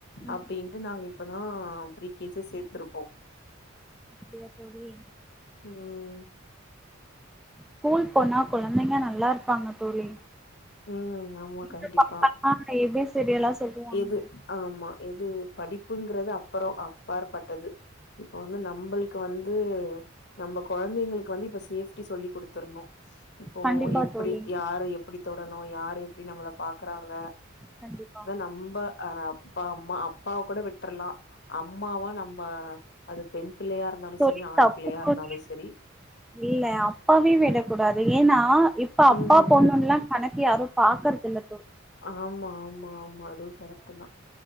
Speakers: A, in the centre; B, on the left.
A: ம்
B: அப்படின்டு நாங் இப்பதா பிரிகேஜி சேத்திருக்கோ
A: அப்டியா தோழி
B: ம்
A: ஸ்கூல் போனா குழந்தைங்க நல்லா இருப்பாங்க தோழி
B: ம் ஆமா
A: எங்க
B: கண்டிப்பா
A: பாப்பாலா ஏ பி சி டி எல்லா சொல்லுவாங்க
B: எது ஆமா எது படிப்புங்கறது அப்புறோ அப்பார் அது இப்ப வந்து நம்பளுக்கு வந்து நம்ம கொழந்தைங்களுக்கு வந்து இப்ப சேஃப் ட்டி சொல்லி் குடுத்தர்ணோ இப்போ
A: கண்டிப்பா
B: எப்பிடி
A: தோழி
B: யார எப்பிடி தொடணு யார எப்பிடி நம்மள பாக் க்கறாங்க
A: கண்டிப்பா
B: நம்ப அ அப்பா அம்மா அப்பாவ கூட விட் ட்ரலா அம்மாவா நம்ப அது பெண் ரந்தாலு
A: தோழி
B: செரி ஆண்
A: தப்பு
B: பிள்ளையா இருந்தாலு
A: தோழி
B: செரி
A: இல்ல அப்பவே விடக் கூடாது ஏனா இப் இப்ப அப்பா
B: ம்
A: பொண்ணுன்லா கணக்கே யாரு பாக்கறது இல்ல
B: ஆமா ஆமா ஆமா அதுவு கரெக்ட்டு தா